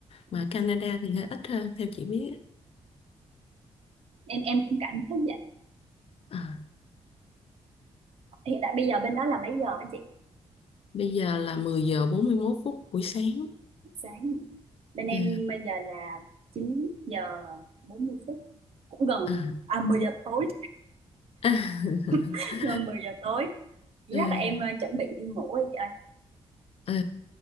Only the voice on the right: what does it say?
Mà
chị-
em em cũng cảm thấy vậy
hiện tại bây giờ bên đó là mấy giờ á chị
sáng bên em
bây giờ là chín giờ bốn mươi phút cũng gần
à mười giờ tối
<laughs> gần mười giờ tối chắc
là em ờ, chuẩn bị đi ngủ rồi chị ơi